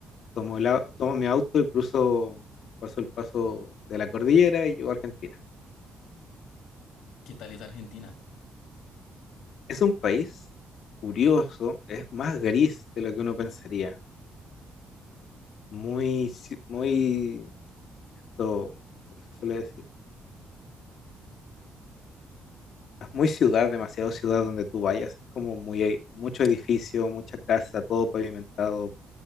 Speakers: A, on the left; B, on the left.
A: Tomo, el au- tomo mi auto y cruzo, paso el paso de la cordillera y llego a Argentina.
B: ¿Qué tal es Argentina?
A: Es un país curioso, es más gris de lo que uno pensaría. Muy, ci- muy, esto, ¿cómo se suele decir? Es muy ciudad, demasiado ciudad donde tú vayas. Es como muy, e, mucho edificio, mucha casa, todo pavimentado.